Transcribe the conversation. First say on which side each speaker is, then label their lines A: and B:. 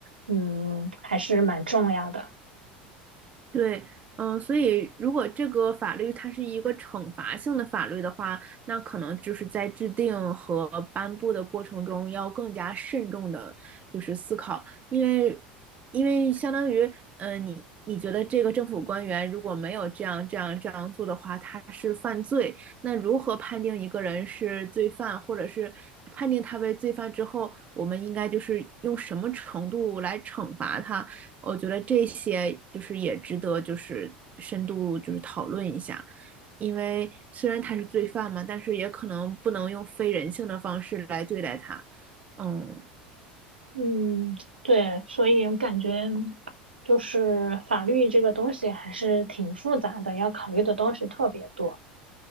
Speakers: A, on the right (about 80°); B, on the right (about 30°).
A: 嗯，还是蛮重要的。
B: 对，嗯、所以如果这个法律它是一个惩罚性的法律的话，那可能就是在制定和颁布的过程中要更加慎重的，就是思考，因为，因为相当于，嗯、你你觉得这个政府官员如果没有这样这样这样做的话，他是犯罪，那如何判定一个人是罪犯，或者是判定他为罪犯之后，我们应该就是用什么程度来惩罚他？我觉得这些就是也值得就是深度就是讨论一下，因为虽然他是罪犯嘛，但是也可能不能用非人性的方式来对待他。嗯，
A: 嗯，对，所以我感觉就是法律这个东西还是挺复杂的，要考虑的东西特别多。